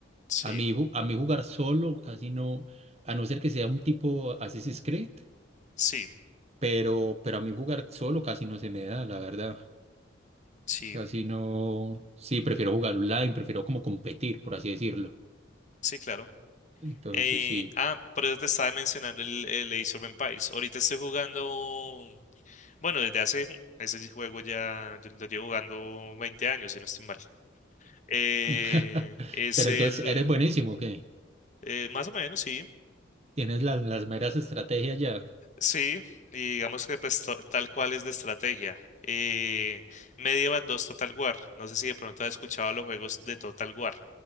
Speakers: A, on the left (about 40°); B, on the right (about 30°).
A: Sí,
B: A mí, ju- a mí jugar solo casi no, a no ser que sea un tipo Assassin's Creed,
A: sí,
B: pero, pero a mí jugar solo casi no se me da, la verdad.
A: sí,
B: Casi no, sí, prefiero jugar online, prefiero como competir, por así decirlo.
A: sí, claro.
B: Entonces,
A: Eh,
B: sí.
A: ah, por eso te estaba mencionando el, el Age of Empires. Ahorita estoy jugando, bueno, desde hace, <laughs> ese juego ya yo lo llevo jugando 20 años, si no estoy mal. Eh,
B: <laughs>
A: es
B: Pero
A: el,
B: entonces, ¿eres buenísimo o qué?
A: eh, más o menos, sí.
B: Tienes las, las meras estrategias ya.
A: Sí, y digamos que pues to- tal cual es de estrategia. Eh, Medieval dos Total War. No sé si de pronto has escuchado los juegos de Total War.